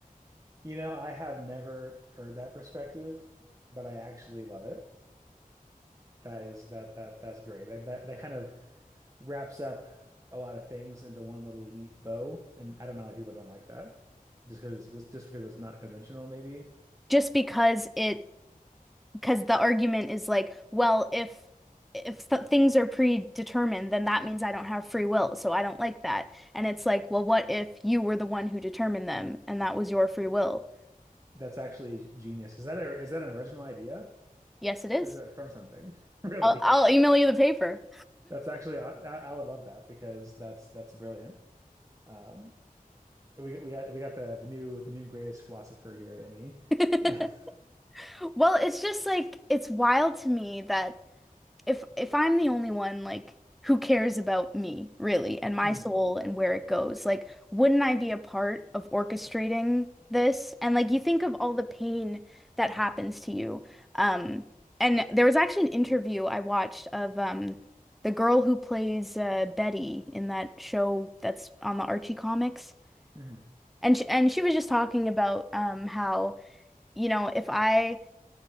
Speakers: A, on the right; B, in the centre.
A: You know, I have never heard that perspective, but I actually love it. That is that that that's great. That that that kind of wraps up a lot of things into one little neat bow. And I don't know why people don't like that. Just because this just because it's not conventional, maybe.
B: Just because it because the argument is like, well, if if th things are predetermined, then that means I don't have free will, so I don't like that. And it's like, well, what if you were the one who determined them and that was your free will?
A: That's actually genius. Is that a, is that an original idea
B: Yes, it is.
A: or is that from something? <laughs> Really?
B: I'll, I'll email you the paper.
A: That's actually I, I would love that because that's that's brilliant. Um, we we got we got the the new the new greatest philosopher here, Emmy.
B: <laughs>
A: <laughs>
B: Well, it's just like it's wild to me that if if I'm the only one, like who cares about me, really, and my
A: hmm
B: soul and where it goes? Like, wouldn't I be a part of orchestrating this? And like you think of all the pain that happens to you. Um, and there was actually an interview I watched of um the girl who plays uh, Betty in that show that's on the Archie comics.
A: hmm
B: And she, and she was just talking about um how, you know, if I